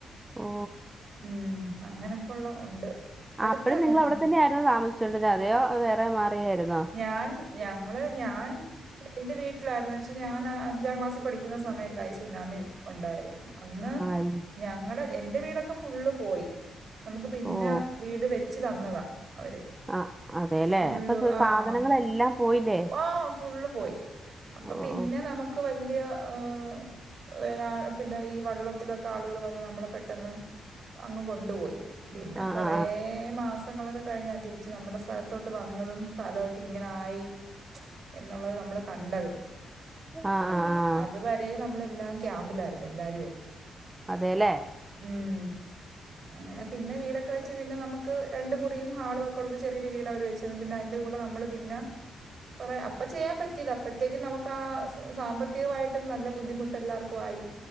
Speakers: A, on the right (about 20°); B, on the right (about 60°).
A: ഓ
B: ഉം അങ്ങനൊക്കെയൊള്ള ഉണ്ട് അടുത്താ
A: ആപ്പഴും നിങ്ങളവിടെ
B: ഞങ്ങ
A: തന്നെയായിരുന്നോ താമസിച്ചോണ്ടിരുന്നേ അതയോ വേറെ മാറിയാരുന്നോ
B: ഞാൻ ഞങ്ങള് ഞാൻ എന്റെ വീട്ടിലായിരുന്നു എന്ന് വെച്ചാ ഞാന് അഞ്ചാം ക്ലാസിൽ പഠിക്കുന്ന സമയത്താ ഈ സുനാമി ഉണ്ടായത് അന്ന്
A: ആഹ്
B: ഞങ്ങടെ എന്റെ വീടൊക്കെ ഫുള്ള് പോയി നമ്മക്ക് പിന്നെ
A: ഓ
B: വീട് വെച്ച് തന്നതാ അവര്
A: ആഹ് അതെല്ലേ
B: ഫുള്ള്
A: അപ്പൊ
B: ആഹ്
A: സാധനങ്ങളെല്ലാം പോയില്ലേ
B: ആഹ് ഫുള്ള് പോയി അപ്പൊ
A: ഓ
B: പിന്നെ
A: ഓ
B: നമുക്ക് വല്യ ആഹ് വേ പിന്നെ ഈ വള്ളത്തിലൊക്കെ ആളുകള് വന്ന് നമ്മള് പെട്ടെന്ന് അങ്ങ് കൊണ്ട് പോയി പിന്നെ
A: ആ
B: കൊറേ
A: ആ
B: മാസങ്ങളൊക്കെ കഴിഞ്ഞാ തിരിച്ച് നമ്മുടെ സ്ഥലത്തോട്ട് വന്നതും സ്ഥലമൊക്കെ ഇങ്ങനെയായി എന്നുള്ളത് നമ്മള് കണ്ടതും
A: ആ ആ ആ ആ
B: അത് വരെയും നമ്മളെല്ലാം ക്യാമ്പിലാരുന്നു എല്ലാരുവേ
A: അതേല്ലേ
B: ഉം അങ്ങനെ പിന്നെ വീടൊക്കെ വെച്ച് പിന്നെ നമുക്ക് രണ്ട് മുറിയും ഹാളുവൊക്കെയുള്ള ഒരു ചെറിയൊരു വീട് അവര് വെച്ച് തന്നു പിന്നെ അതിന്റെ കൂടെ നമ്മള് പിന്നെ കുറേ അപ്പൊ ചെയ്യാൻ പറ്റിയില്ല അപ്പോഴത്തേക്കും നമുക്കാ സാമ്പത്തികമായിട്ടും നല്ല ബുദ്ധിമു ട്ട് എല്ലാവർക്കും ആയി